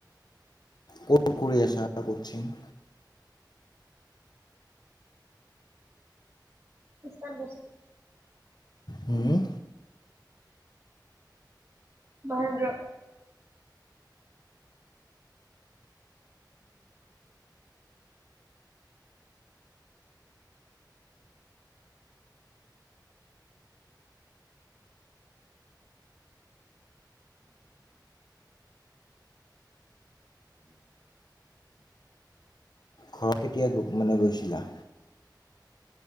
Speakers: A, on the left; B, on the right.
A: ক'ত কৰি আছা কচিং?
B: খৃষ্টান বস্তি
A: হম্
B: মহেন্দ্ৰ
A: ঘৰত কেতিয়া মানে গৈছিলা?